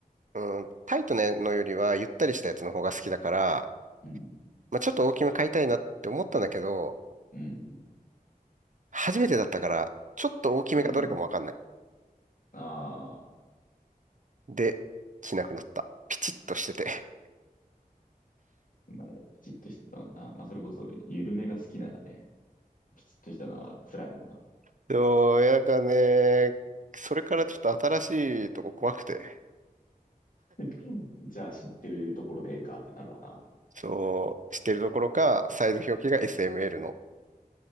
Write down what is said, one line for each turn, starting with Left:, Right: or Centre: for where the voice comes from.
Right: うん、タイトなのよりはゆったりしたやつの方が好きだから、
Left: うん、
Right: まあちょっと大きめ買いたいなって思ったんだけど、
Left: うん、
Right: 初めてだったから、ちょっと大きめがどれかもわかんない。
Left: うん。ああ、
Right: で、着なくなった。ピチッとしてて。
Left: まあ、きちっとしてたのな。まあそれこそ、緩めが好きならね、きちっとしたのは辛いもんな。
Right: <laughs> そう、いやなんかね、それからちょっと新しいとこ怖くて。
Left: <laughs> じゃあ知ってるところでええかってなるわな。
Right: そう、してるどころか、サイズ表記が SML の。